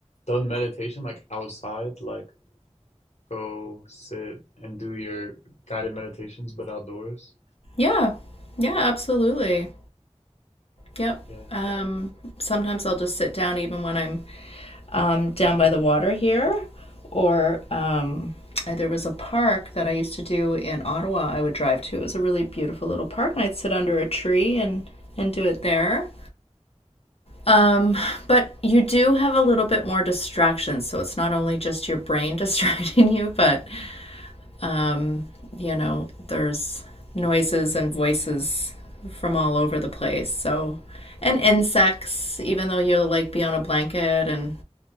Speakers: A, on the left; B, on the left.
A: done meditation like outside, like go sit and do your guided meditations but outdoors?
B: Yeah. Yeah, absolutely. Yep.
A: Yeah.
B: Um, sometimes I'll just sit down even when I'm um, down by the water here. Or um, uh, there was a park that I used to do in Ottawa, I would drive to. It was a really beautiful little park, and I'd sit under a tree and, and do it there. Um, but you do have a little bit more distractions, so it's not only just your brain <laughs> distracting you, but um, you know, there's noises and voices from all over the place. So, and insects, even though you'll like be on a blanket and